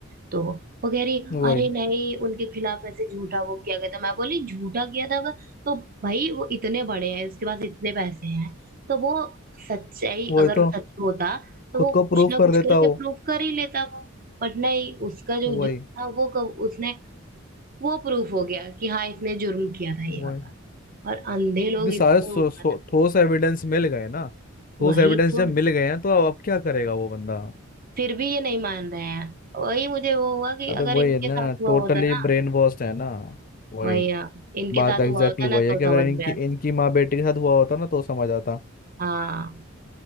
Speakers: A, on the right; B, on the left.
A: तो वो कह रही
B: वही
A: अरे हम्म। नहीं उनके खिलाफ ऐसे झूठा वो किया गया था मैं बोली झूठा किया था अगर तो भाई वो इतने बड़े हैं उसके पास इतने पैसे हैं तो वो सच्चाई
B: वही
A: अगर
B: तो
A: सच में होता तो
B: खुद
A: वो
B: को
A: कुछ
B: प्रूफ
A: ना
B: कर
A: कुछ
B: देता
A: करके
B: हो
A: प्रूफ कर ही लेता वो बट नहीं उसका जो
B: वही
A: जुर्म था वो कब उसने वो प्रूफ हो गया कि हाँ इसने जुर्म किया था
B: वही
A: ये वाला और अंधे लोग
B: क्योंकि
A: इतने
B: सारे सो,
A: वो
B: सो,
A: हैं ना,
B: ठोस एविडेंस मिल गए ना ठोस
A: वही
B: एविडेंस
A: तो
B: जब मिल गए हैं तो अब अब क्या करेगा वो बंदा
A: फिर भी ये नहीं मान रहे हैं वही मुझे वो हुआ कि
B: अरे
A: अगर
B: वही
A: इनके
B: है ना
A: साथ हुआ
B: टोटली
A: होता ना
B: ब्रेन वॉश्ड है ना वही
A: वही हाँ इनके
B: बात
A: साथ
B: एग्जैक्टली
A: हुआ होता ना
B: exactly वही
A: तो
B: है कि
A: समझ
B: अगर इनकी
A: में आता
B: इनकी माँ बेटी के साथ हुआ होता ना तो समझ आता
A: हाँ